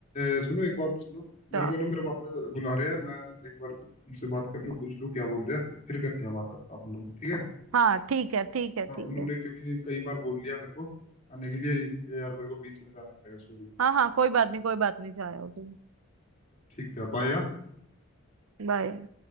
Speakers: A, on the left (about 35°); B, on the right (about 70°).
A: अ, सुनो एक बात सुनो मेरे
B: तो
A: को ना मेरे पापा बुला रहे हैं मैं एक बार उनसे बात कर लूँ पूछ लूँ क्या बोल रहे हैं फिर करते हैं बात आप लोग ठीक है
B: हाँ ठीक है ठीक है
A: हाँ
B: ठीक
A: उन्होंने
B: है
A: क्योंकि कई बार बोल लिया मेरे को आने के लिए इसलिए यार मेरे को बीच में जाना पड़ेगा सॉरी
B: हाँ हाँ कोई बात नहीं कोई बात नहीं चाहे हो तुम
A: ठीक है बाय
B: बाय